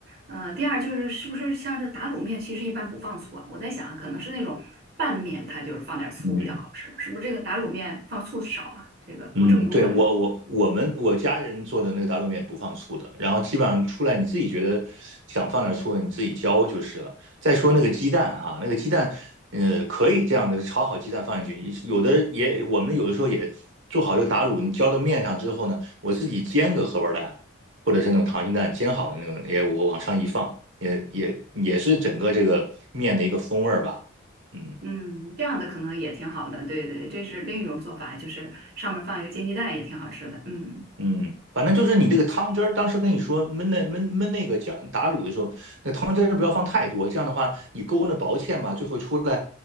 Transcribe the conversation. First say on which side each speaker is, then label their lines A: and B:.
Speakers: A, on the right (about 50°); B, on the right (about 70°).
A: 嗯、第二就是是不是像这打卤面，其实一般不放醋啊？我在想啊，可能是那种拌面，它就是放点儿醋比较好吃，
B: 嗯
A: 是不是这个打卤面放醋少啊？这个不正宗了就。
B: 嗯，对，我我我们我家人做的那个打卤面不放醋的，然后基本上出来你自己觉得想放点醋，你自己浇就是了。再说那个鸡蛋哈、那个鸡蛋，呃，可以这样的炒好鸡蛋放进去，有的也我们有的时候也做好这个打卤，你浇到面上之后呢，我自己煎个荷包蛋，或者是那种溏心蛋煎好的那种，也我往上一放，也也也是整个这个面的一个风味儿吧。嗯
A: 嗯，这样的可能也挺好的，对对，这是另一种做法，就是上面放一个煎鸡蛋也挺好吃的。嗯，
B: 嗯，反正就是你这个汤汁儿，当时跟你说焖那焖焖那个酱打卤的时候，那汤汁儿不要放太多，这样的话你勾那薄芡吧，最后出来